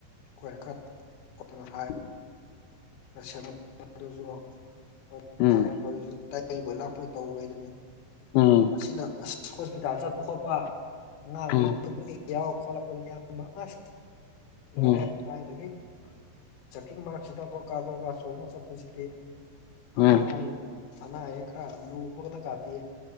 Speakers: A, on the left; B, on the left.
A: ꯀꯣꯢꯔꯀꯠꯇꯅ ꯍꯥꯢ ꯀ꯭ꯔꯁꯃꯨ ꯑꯗꯨꯖꯨ ꯐꯔꯛ
B: ꯎꯝ
A: ꯇꯕ ꯇꯧꯔꯤꯖꯤꯖꯨ ꯇꯥꯢ ꯂꯩꯕꯣꯢ ꯂꯥꯛꯄꯣꯢ ꯇꯧꯕꯩꯗꯨꯅꯤ
B: ꯎꯝ
A: ꯃꯁꯤꯅ ꯑꯁ ꯍꯣꯁꯄꯤꯇꯥꯜ ꯆꯠꯄ ꯈꯣꯠꯄ ꯑꯉꯥꯡ
B: ꯎꯝ
A: ꯃꯤ ꯄꯨꯟꯗꯤ ꯀꯩ ꯌꯥꯎ ꯈꯣꯠꯂꯛꯄꯗꯨꯗꯤ ꯑꯌꯥꯝꯕ ꯑꯁ ꯂꯣꯢꯔꯦ
B: ꯎꯝ
A: ꯀꯥꯢꯗꯒꯤ ꯖꯀꯤꯡ ꯃꯔꯛꯁꯤꯗ ꯀꯣꯀꯥ ꯀꯣꯀꯥ ꯆꯣꯡꯕ ꯆꯠꯄꯁꯤꯗꯤ ꯑꯉ
B: ꯎꯝ
A: ꯑꯉꯥꯡ ꯑꯅꯥ ꯑꯌꯦꯛ ꯈꯔ ꯂꯨꯕ ꯈꯛꯇ ꯀꯥꯇꯤ